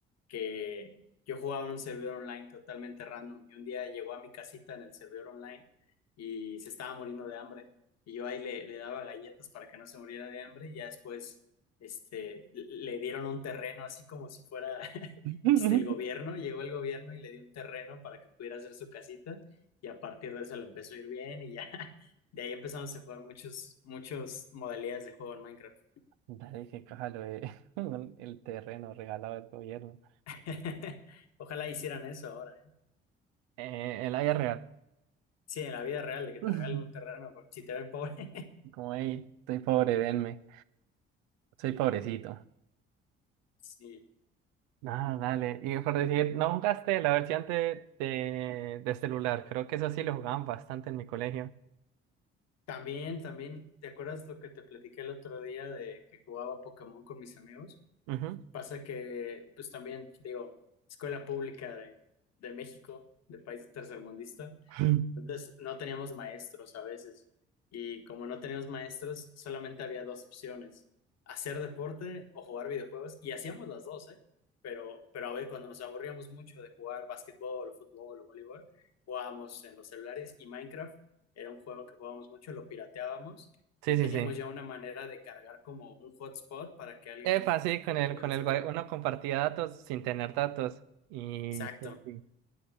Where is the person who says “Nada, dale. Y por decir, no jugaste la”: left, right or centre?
Right